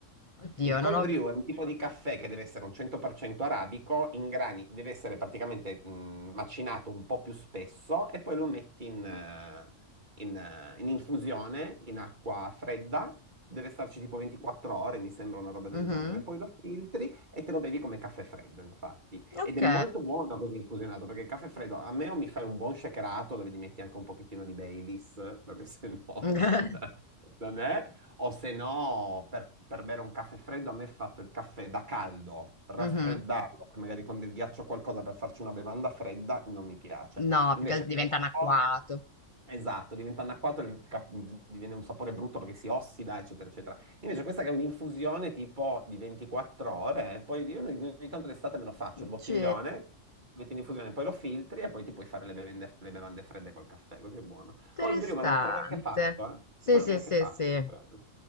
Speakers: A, on the left; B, on the right.
A: Oddio,
B: Il cold
A: non ho...
B: brew è un tipo di caffè che deve essere un 100% arabico, in grani, deve essere praticamente mh, macinato un po' più spesso e poi lo metti in, eh, in, eh, in infusione in acqua fredda, deve starci tipo 24 ore, mi sembra una roba del
A: Mhm.
B: genere. Poi lo filtri e te lo bevi come caffè freddo, infatti.
A: Ok.
B: Ed è molto buono così infusionato, perché il caffè freddo a me o mi fai un buon shakerato dove gli metti anche un pochettino di Baileys, perché se no
A: <laughs>
B: <laughs> non, non è. O se no, per, per bere un caffè freddo, a me è fatto il caffè da caldo, raffreddarlo,
A: Mhm.
B: poi magari con del ghiaccio o qualcosa per farci una bevanda fredda, non mi piace.
A: No,
B: Invece
A: più che altro
B: questo,
A: diventa anacquato.
B: esatto, diventa anacquato, il ca- diviene un sapore brutto perché si ossida, eccetera, eccetera. Invece questa che è un'infusione tipo di 24 ore, poi io ogni, ogni tanto d'estate me lo faccio, il bottiglione,
A: Sì.
B: metti in infusione, poi lo filtri e poi ti puoi fare le bevande, le bevande fredde col caffè, così è buono.
A: Interessante.
B: Col Briuma lo trovi anche fatto, eh? Lo
A: Sì,
B: trovi
A: sì,
B: anche
A: sì,
B: fatto,
A: sì.
B: io credo